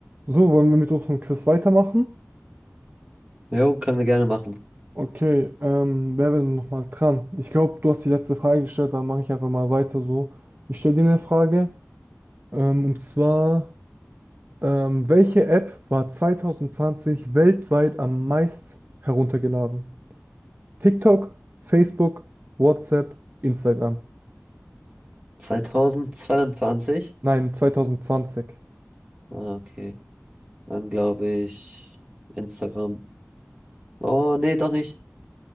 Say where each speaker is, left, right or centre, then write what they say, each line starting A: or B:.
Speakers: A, on the right; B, on the right.
A: So, wollen wir mit unserem Quiz weitermachen?
B: Jo, können wir gerne machen.
A: Okay, ähm, wer wäre denn nochmal dran? Ich glaube, du hast die letzte Frage gestellt, dann mache ich einfach mal weiter so. Ich stelle dir eine Frage, ähm, und zwar, ähm, welche App war 2020 weltweit am meist heruntergeladen? TikTok, Facebook, WhatsApp, Instagram.
B: 2022?
A: Nein, 2020.
B: Ah, okay. Dann glaube ich Instagram. Oh, nee, doch nicht.